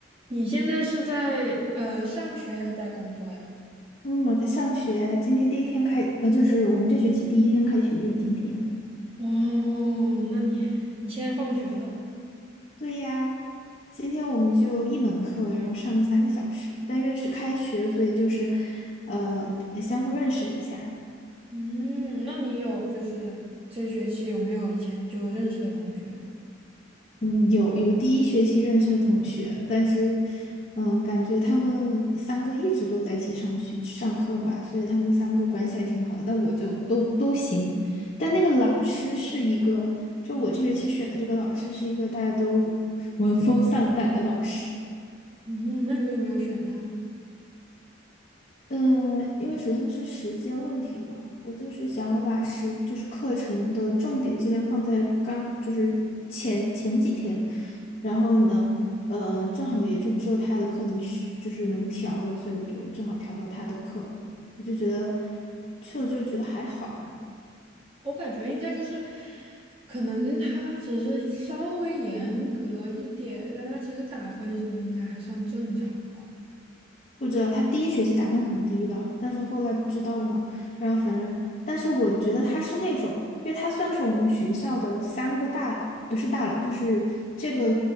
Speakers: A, on the right; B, on the left.
A: 你现在是在呃上学还是在工作呀？
B: 嗯，我在上学，今天第一天开，呃，就是我们这学期第一天开学就是今天。
A: 哦，那你你现在放学了？
B: 对呀，今天我们就一门课，然后上了三个小时，但因为是开学，所以就是，呃，相互认识了一下。
A: 嗯，那你有就是这学期有没有以前就认识的同学呢？
B: 嗯，有有第一学期认识的同学，但是，嗯，感觉他们三个一直都在一起上学上课吧，所以他们三个关系还挺好的。但我就都都行，但那个老师是一个，就我这学期选的这个老师是一个大家都闻风丧胆的老师。
A: 嗯，那你为什么要选他呢？
B: 嗯，因为首先是时间问题嘛，我就是想要把时就是课程的重点尽量放在刚就是前前几天，然后呢，呃，正好也就只有他的课能选就是能调了，所以我就正好调到他的课了，我就觉得去了之后觉得还好啊。
A: 我感觉应该就是，可能他只是稍微严格一点，但他其实打分什么的应该还算正常吧。
B: 不知道，他第一学期打分很低的，但是后来不知道嘛，然后反正，但是我觉得他是那种，因为他算是我们学校的三个大佬，不是大佬，就是这个，